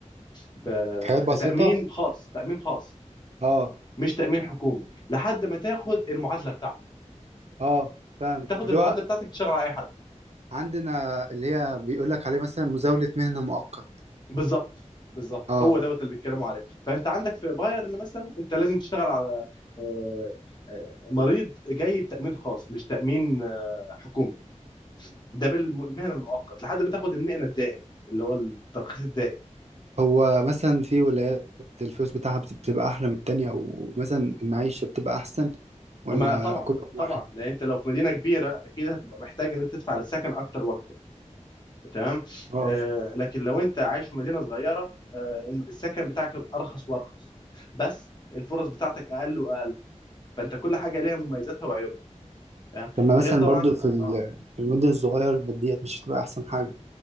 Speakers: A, on the left (about 35°); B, on the right (about 60°).
A: ب...
B: حاجات بسيطة
A: بتامين خاص تامين خاص
B: اه
A: مش تامين حكومي لحد ما تاخد المعادله بتاعتك
B: اه فاهم
A: تاخد
B: اللي
A: المعادله
B: هو
A: بتاعتك تشتغل على اي حد
B: عندنا اللي هي بيقول لك عليه مثلا مزاولة مهنة مؤقت
A: بالظبط بالظبط
B: اه
A: هو دوت اللي بيتكلموا عليه فانت عندك في بايرن مثلا انت لازم تشتغل على آه، آه، مريض جاي بتامين خاص مش تامين آه، حكومي ده بالمهنه المؤقت لحد ما تاخد المهنه الدائم اللي هو الترخيص الدائم
B: هو مثلا في ولايات الفلوس بتاعها بت- بتبقى أحلى من التانية ومثلا المعيشة بتبقى أحسن ولا
A: ما طبعا
B: كل واحد
A: طبعا لان انت لو في مدينه كبيره اكيد هتبقى محتاج ان انت تدفع للسكن اكتر واكتر تمام
B: اه
A: آه لكن لو انت عايش في مدينه صغيره آه السكن بتاعك هيبقى ارخص وارخص بس الفرص بتاعتك اقل واقل فانت كل حاجه ليها مميزاتها وعيوبها تمام؟
B: لما
A: غير
B: مثلا
A: طبعا
B: برضو في ال-
A: اه
B: في المدن الصغيرة الماديات مش هتبقى أحسن حاجة